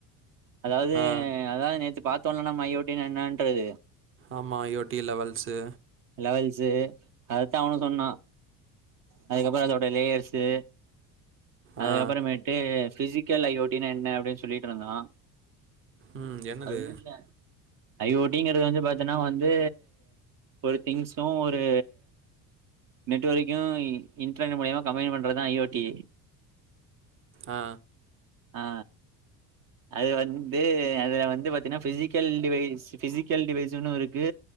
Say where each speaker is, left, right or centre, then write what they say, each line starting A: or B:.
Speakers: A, on the right (about 55°); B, on the right (about 30°).
A: அதாவது
B: ஆ
A: அதா நேத்து பாத் தொல்லன மையோட்டின் என்னன்றது
B: ஆமா I O T levels
A: levels அதத்தா அவனு சொன்னா அதுக்கப்பறோ அதோட லேயர்சு அதுக்கப்பறமேட்டு
B: ஆ
A: ஃபிசிக்கல் ஐ ஓ டி னா என்ன அப்டின் சொல்லிட்ருந்தனா
B: ம் என்னது
A: அது ஒன்னுல்ல ஐ ஓ டி ங்கறது வந்து பாத்தனா வந்து ஒரு திங்ஸு ஒரு நெட்வர்க்யு இ இன்டர்நெ மூலியமா கம்பைன் பண்றதா ஐ ஓ டி
B: ஆ
A: ஆ அது வந்து அதுல வந் வந்து பாத்தீனா ஃபிசிக்கல் டிவைஸ் ஃபிசிக்கல் டிவைஸுன்னு இருக்கு